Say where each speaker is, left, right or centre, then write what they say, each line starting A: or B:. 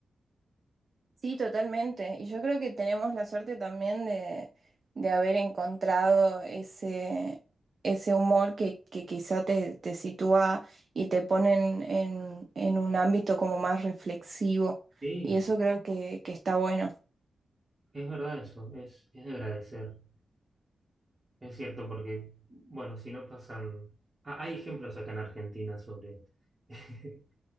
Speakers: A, on the right; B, on the right.
A: Sí, totalmente. Y yo creo que tenemos la suerte también de, de haber encontrado ese, ese humor que, que quizá te, te sitúa y te pone en, en- en un ámbito como más reflexivo.
B: Sí,
A: Y eso creo que, que está bueno.
B: es verdad eso, es, es de agradecer. Es cierto, porque, bueno, si no pasan. ah, hay ejemplos acá en Argentina sobre. <laughs>